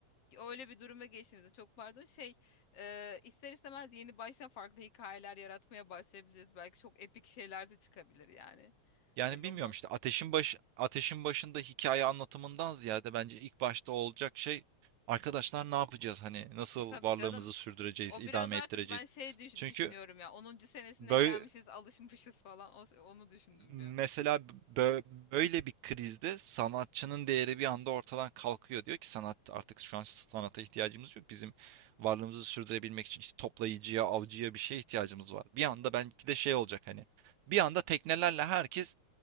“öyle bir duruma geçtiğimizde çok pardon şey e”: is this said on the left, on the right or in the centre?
Left